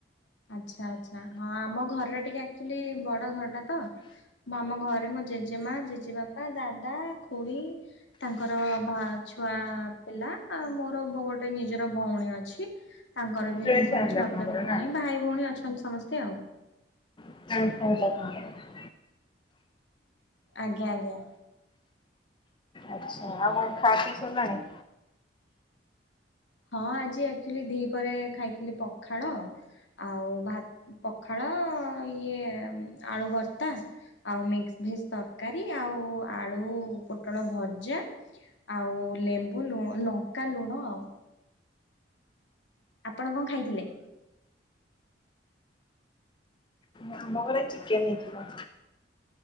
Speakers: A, on the left (about 75°); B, on the left (about 25°).
A: ଆଚ୍ଛା ଆଛା ହଁ ଆମ ଘରଟା ଟିକେ ଆକଚୁଆଲି ବଡ ଘର ଟା ତ ମୁଁ, ଆମ ଘରେ ମୋ ଜେଜେମା, ଜେଜେବାପା, ଦାଦା, ଖୁଡ଼ି ତାଙ୍କର ଭା ଛୁଆ ପିଲା ଆଉ ମୋର ଗୋଟେ ନିଜର ଭଉଣୀ ଅଛି। ତାଙ୍କର ବି
B: ଜଏଣ୍ଟ
A: ସବୁ
B: ଫ୍ୟାମିଲି
A: ଛୁଆ
B: ଆପଣଙ୍କର
A: ପିଲା, ଭଉଣୀ,
B: ନା?
A: ଭାଇ ଭଉଣୀ ଅଛନ୍ତି ସମସ୍ତେ ଆଉ।
B: ହଁ, <unintelligible>
A: ଆଜ୍ଞା ଆଜ୍ଞା।
B: ଆଚ୍ଛ! ଆଉ କଣ ଖାଇ ପିଇ ସାରିଲାଣି?
A: ହଁ, ଆଜି ଆକଚୁଆଲି ଦିହି ପରେ ଖାଇଥିଲି ପଖାଳ ଆଉ ଭା ପଖାଳ ଇଏ ଆଳୁ ଭର୍ତ୍ତା। ଆଉ ମିକ୍ସ ଭେଜ ତରକାରୀ ଆଉ ଆଳୁ ପୋଟଳ ଭଜା ଆଉ ଲେମ୍ବୁ ଲୁ ଲଙ୍କା ଲୁଣ ଆଉ। ଆପଣ କଣ ଖାଇଥିଲେ?
B: ଆମ ଘରେ ଚିକେନ୍ ହେଇଥିଲା।